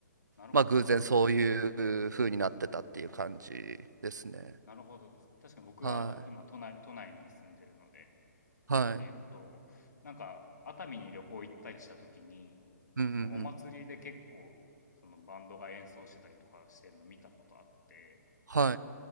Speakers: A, on the left; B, on the right.
A: あ、なるほど。
B: まあ偶然そういう風になってたっていう感じですね。
A: なるほどです。確かに僕は今都内都内に住んでるので
B: はい。はい。
A: っていうのと、なんか熱海に旅行行ったりした時に、
B: うんうんうん。
A: そのお祭りで結構そのバンドが演奏してたりとかしてるの見たことあって、
B: はい。